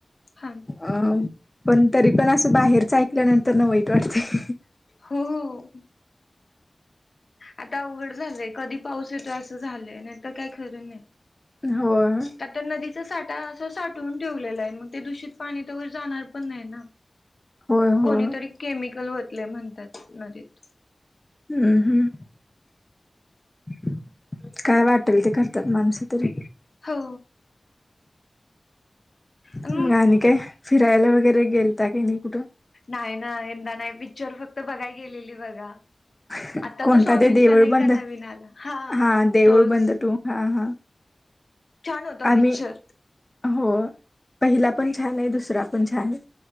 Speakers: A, on the left (about 60°); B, on the left (about 20°).
A: हा
B: अं पण तरी पण असं बाहेरच ऐकल्यानंतर ना वाईट वाटतंय.
A: हो हो हो आता अवघड झालंय कधी पाऊस येतोय असं झालंय नाही तर काय खरं नाही.
B: होय
A: आता नदीचा साठा असं साठ. ठवून ठेवलेला आहे मग ते दूषित पाणी तवर जाणार पण नाही ना.
B: होय
A: कोणीतरी
B: होय
A: केमिकल ओतले म्हणतात नदीत.
B: हम्म हम्म काय वाटेल ते करतात माणसं तरी.
A: हो नाही
B: मग आणि काय फिरायला वगैरे गेलता काय नाही कुठं.
A: नाही ना यंदा नाही पिक्चर फक्त बघाय गेलेली बघा.
B: <inaudible>
A: आता
B: कोणता
A: तो स्वामींचा
B: ते देऊळ
A: नाही
B: बंद
A: का नवीन आला
B: हा देऊळ
A: तोच.
B: बंद तो हा हा.
A: छान होता
B: आम्ही
A: पिक्चर
B: हो पहिला पण छान आहे. दुसरा पण छान आहे.